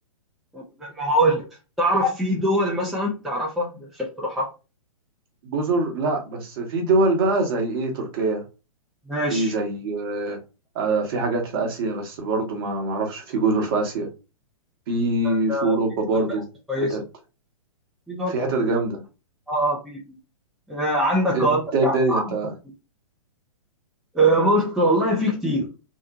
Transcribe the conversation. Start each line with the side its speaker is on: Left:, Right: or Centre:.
Centre: طب ما هقول لك تعرف في دول مثلا تعرفها نفسك تروحها
Right: جزر لا بس في دول بقى زي ايه تركيا
Centre: ماشي
Right: في زي آه آه، في حاجات في اسيا بس برضو ما ما اعرفش في جزر في اسيا في
Centre: آه،
Right: في اوروبا
Centre: في دول
Right: برضو
Centre: في آسيا كويسة
Right: حتت
Centre: في دول
Right: في
Centre: في
Right: حتت
Centre: آسيا
Right: جامده
Centre: اه آه، في في آه، عندك
Right: انت
Centre: أقول لك
Right: إيه
Centre: يعني
Right: الدنيا انت
Centre: عندك. آه، بص والله في كتير